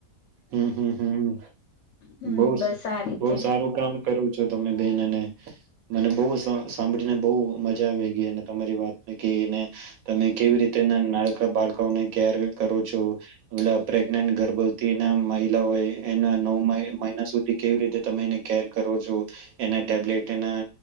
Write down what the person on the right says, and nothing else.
હમ હમમ,
બહુ સ
બહુ સારું કામ કરું છો તમે બન, અને મને બહુ સાં સાંભળીને બહુ મજા આવી ગઈ, અને તમારી વાત ને કે એને, તમે કેવી રીતે નાન નાનકડા બાળકોને કેર કરો છો, <unintelligible> પ્રેગ્નેન્ટ ગર્ભ તે ને મહિલાઓએ એના નવ મહિના સુધી કેવી રીતે તમે એને કેર કરો છો, એને ટેબલેટ એના,